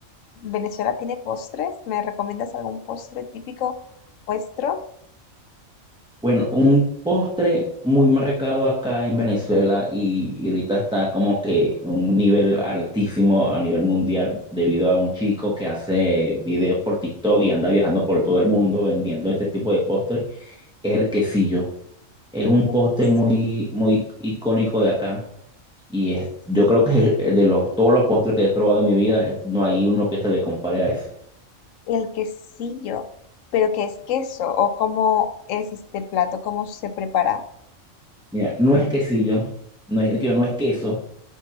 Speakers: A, on the left; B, in the centre.
A: ¿Venezuela tiene postres? ¿Me recomiendas algún postre típico vuestro?
B: Bueno, un postre muy marcado acá en Venezuela y, y ahorita está como que un nivel altísimo a nivel mundial debido a un chico que hace videos por TikTok y anda viajando por todo el mundo vendiendo ese tipo de postre, es el quesillo. Es un postre
A: El quesillo.
B: muy, muy icónico de acá y es, yo creo que es de los, todos los postres que he probado en mi vida, eh, no hay uno que se le compare a ese.
A: El quesillo, pero ¿qué es queso? ¿O cómo es este plato? ¿Cómo se prepara?
B: Mira, no es quesillo, no es, digo, no es queso.